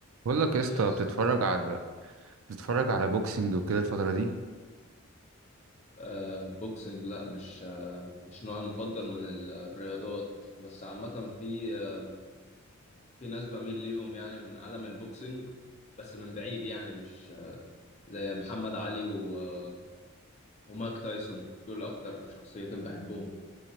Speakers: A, on the right; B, on the left.
A: بقول لك
B: إيه
A: يا اسطى
B: يا اسطى
A: بتتفرج على بتتفرج على بوكسنج وكده الفترة دي
B: آه بوكسنج لا مش آه مش نوعي المفضل من ال- الرياضات بس عامة في آه في ناس بميل ليهم يعني من عالم البوكسنج بس من بعيد يعني مش آه زي محمد علي و آه ومايك تايسون دول أكتر شخصيتين بحبهم